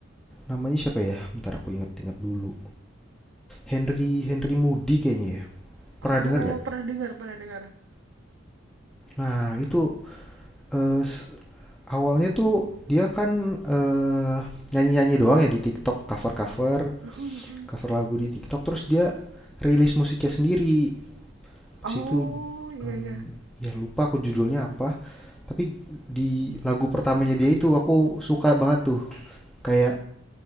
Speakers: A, in the centre; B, on the right (about 60°).
A: Namanya siapa ya? Bentar aku inget-inget dulu. Henry Henry Moody kayaknya ya, pernah
B: Oh,
A: denger nggak?
B: pernah dengar, pernah dengar.
A: Nah itu, eee, s Awalnya tuh dia kan, eee, nyanyi-nyanyi doang ya di TikTok, cover-cover,
B: Mm, mm, mm, mm.
A: cover lagu di TikTok, terus dia rilis musiknya sendiri. Pas
B: Oh,
A: itu,
B: iya
A: mmm,
B: iya.
A: ya lupa aku judulnya apa, tapi di lagu pertamanya dia itu aku suka banget tuh. Kayak,